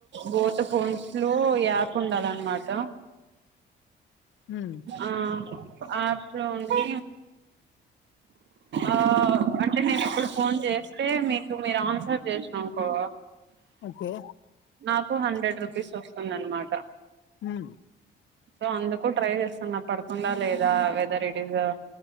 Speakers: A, on the right; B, on the left.
A: బోత్ ఫోన్స్ లో యాప్ ఉండాలన్నమాట
B: ఉమ్.
A: ఆ యాప్ లో ఉండి ఆ అంటే నిను ఇప్పుడు ఫోన్ చేస్తే మీకు మీరు ఆన్సర్ చేసిర్రనుకో
B: ఓకే
A: నాకు హండ్రెడ్ రూపీస్ వస్తుంది అన్నమాట
B: హుమ్
A: సో అందుకు ట్రై చేస్తున్న పడుతుందా లేదా వెదర్ ఇట్ ఇస్